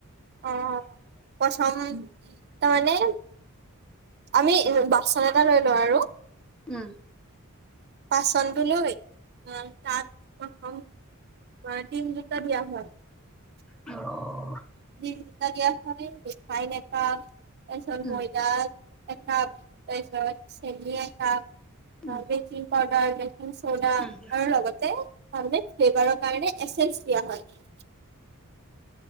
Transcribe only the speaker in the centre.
উম।
<inaudible>
উম
উম
উম